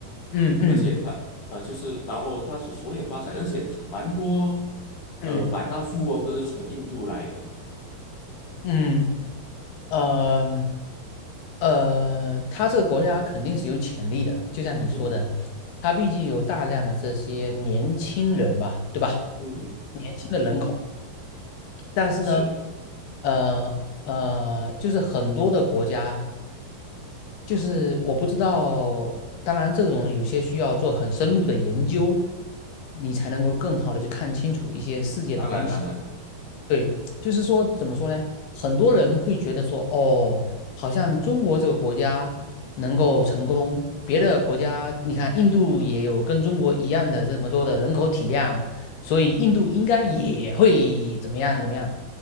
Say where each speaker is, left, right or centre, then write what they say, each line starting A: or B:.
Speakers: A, on the left (about 75°); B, on the left (about 55°).
A: 嗯嗯。
B: 而且他啊呃就是然后他是所有发展，而且他蛮多
A: 嗯
B: 呃百大富翁都是从印度来的。
A: 嗯呃呃，他这个国家肯定是有潜力的，就像你说的，
B: 嗯哼
A: 他毕竟有大量的这些年轻人吧，对吧？
B: 嗯哼，
A: 年轻的人口，但是呢，
B: 是，
A: 呃呃，就是很多的国家，就是我不知道，当然这种有些需要做很深入的研究，你才能够更好的去看清楚一些世界的东西。
B: 当然当然，
A: 对，就是说怎么说呢？很多人会觉得说，哦，好像中国这个国家能够成功，别的国家，你看印度也有跟中国一样的这么多的人口体量，所以印度应该也会怎么样怎么样。